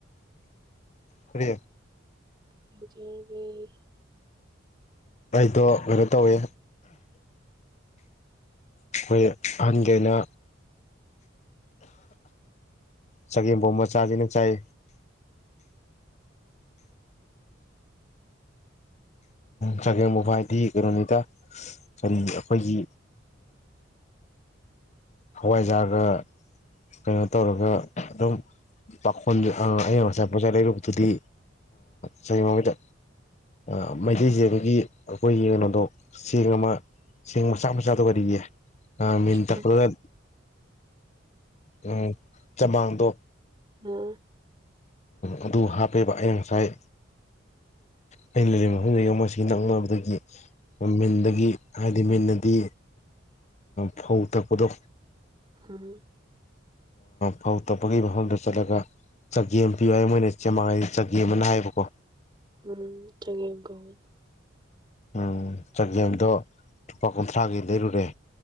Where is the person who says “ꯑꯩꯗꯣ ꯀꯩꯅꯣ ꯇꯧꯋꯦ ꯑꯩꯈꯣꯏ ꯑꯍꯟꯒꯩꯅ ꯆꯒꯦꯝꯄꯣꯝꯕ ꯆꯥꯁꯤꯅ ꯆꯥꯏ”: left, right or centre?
Left